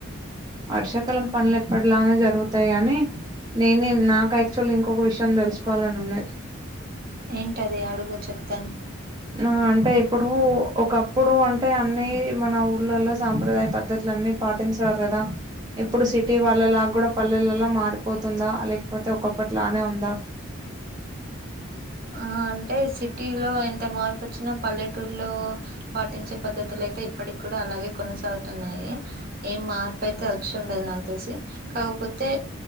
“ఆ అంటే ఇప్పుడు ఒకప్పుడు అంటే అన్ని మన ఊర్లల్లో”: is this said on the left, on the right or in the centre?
Right